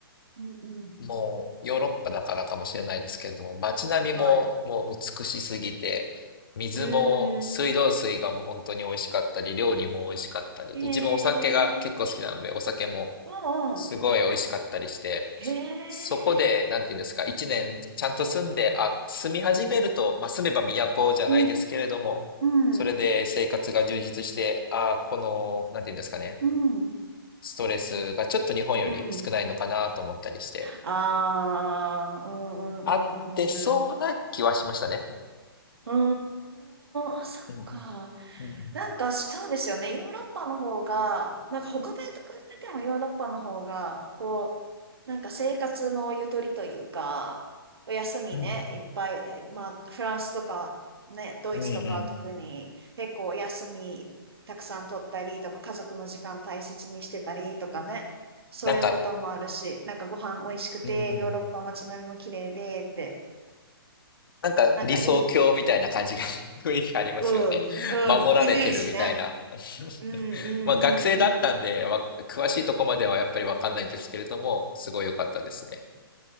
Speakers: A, on the right (about 80°); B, on the left (about 65°).
A: うんうん。
B: もうヨーロッパだからかもしれないですけれども、街並みももう美しすぎて、
A: はい。
B: 水も水道水がもう本当に美味しかったり、
A: うーん。
B: 料理も美味しかったり、
A: へえ。
B: で自分お酒が結構好きなので、お酒も
A: ああ。
B: すごい美味しかったりして、
A: へえ。
B: そこで、なんていうんですか、一年ちゃんと住んで、あ、住み始めると、まあ、住めば都じゃないですけれども、
A: うん。うん。
B: それで生活が充実して、あ、この、なんていうんですかね、
A: うん。
B: ストレスがちょっと日本より少ないのかなと思ったりして。
A: うん。ああ。うんうんうんうん。
B: あってそうな気はしましたね。
A: うーん。あ、そっか。
B: うん。うん。
A: なんかそうですよね。ヨーロッパの方が、なんか北米と比べてもヨーロッパの方が、こう、なんか生活のゆとりというか、お休みね、
B: うん。
A: いっぱい、いやまあフランスとかね、ドイツとかは特に結構お休みたくさん取ったりとか、
B: うん。うん
A: 家族の時間大切にしてたりとかね、そういうこともあるし、
B: なんか、
A: なんかご飯美味しくて、
B: うん。
A: ヨーロッパ街並みも綺麗でって、
B: なんか理想郷みたいな感じが
A: なんかいい、
B: <laughs> 雰囲気ありますよね。
A: うん、うん、
B: 守られてるみたいな。
A: イメージね。うん、うん、
B: <laughs> まあ学生だったんで、
A: うん、うん。
B: わ詳しいとこまではやっぱりわかんないんですけれども、すごい良かったですね。